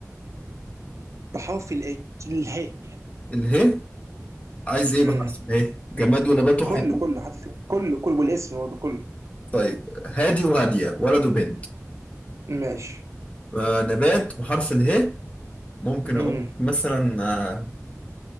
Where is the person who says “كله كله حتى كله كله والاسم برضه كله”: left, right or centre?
Right